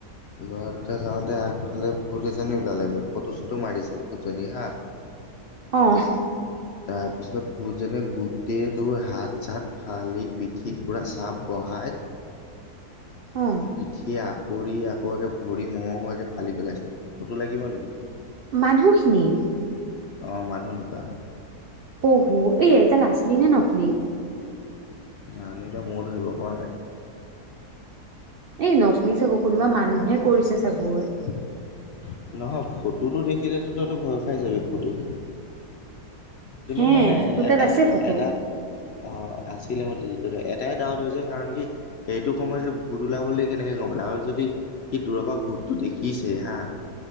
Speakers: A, on the left (about 70°); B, on the right (about 75°).
A: ল'ৰা দুটা যাওঁতে আগফালে ভূত এজনী ওলালে বোলে, ফটো-চটো মাৰিছে ভূতজনী হা। <inaudible>
B: অ'।
A: তাৰপিছত ভূত যেনে গোটেইটো হাত-চাত ফালি পিঠিত পূৰা চাপ বহাই
B: অ
A: পিঠিয়ে আকৰি আকৌ, একে ভৰি মঙহোৱাকৈ ফালি পেলাইছে। ফটো লাগিব নেকি?
B: মানুহখিনিৰ?
A: অ', মানুহ দুটাৰ।
B: অহ, ত্ৰই দাল আচলি নে নকলি?
A: জানো, এতিয়া ময়ো ধৰিব পৰা নাই।
B: এই নকলি চাগো কোনোবা মানুহে কৰিছে চাগৈ।
A: <unintelligible> নহয় ফটোটো দেখিলেতো তইতো ভয় খাই যাবি ফটোত। কিন্তু
B: হে
A: মানে
B: তোৰ
A: এটা
B: তাত আছে ফটো
A: এটা অ আছিলে মই দেৰি কৰিলো এটাই ডাউট হৈছে কাৰণ কি এইটো সময় যে ভূত ওলাবলৈ কেনেকে গম আৰু যদি সি দূৰপ ভূতটো দেখিছে হা